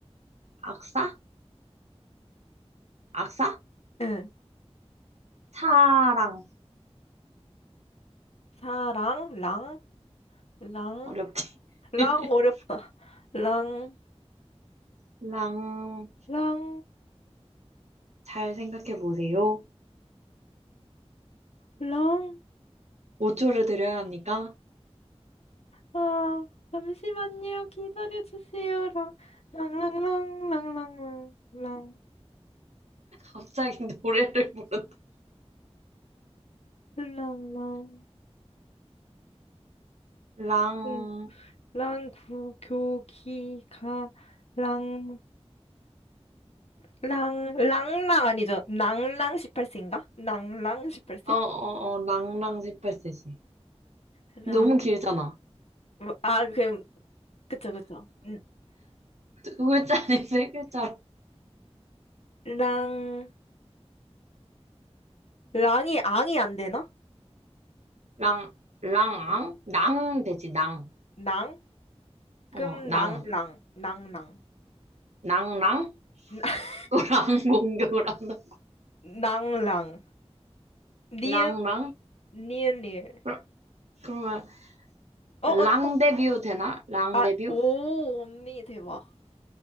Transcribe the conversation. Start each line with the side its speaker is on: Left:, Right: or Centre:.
Right: 악사, 악사?
Left: 응.
Right: 사랑.
Left: 사랑, 랑, 랑,
Right: 어렵지?
Left: 랑
Right: <laughs>
Left: 어렵다. 랑,
Right: 랑,
Left: 랑,
Right: 잘 생각해 보세요.
Left: 랑. 랑
Right: 5초를 드려야 합니까?
Left: 아, 잠시만요. 기다려주세요. 랑, 랑랑랑, 랑랑랑, 랑,
Right: 갑자기 <laughs> 노래를 부른다.
Left: 랑랑,
Right: 랑.
Left: 궁, 랑, 구, 교, 기, 가, 랑, 랑, 랑랑 아니죠? 랑랑 18세인가? 랑랑 18세?
Right: 어, 어, 어, 랑랑 18세지.
Left: 랑,
Right: 너무 길잖아.
Left: 아, 그, 그쵸, 그쵸. 음,
Right: 두 글자 아니 <laughs> 세 글자로.
Left: 랑, 랑이, 앙이 안 되나?
Right: 랑, 랑앙? 낭 되지, 낭.
Left: 랑? 그럼
Right: 어, 낭.
Left: 랑랑, 랑랑,
Right: 낭랑?
Left: <laughs>
Right: 또 랑 <laughs> 공격을 한다.
Left: 랑랑, 니은,
Right: 낭랑?
Left: 니은, 니은.
Right: 그러- 그러면,
Left: 어,
Right: 랑
Left: 어,
Right: 데뷔 되나? 랑
Left: 아,
Right: 데뷔?
Left: 오, 언니 대박.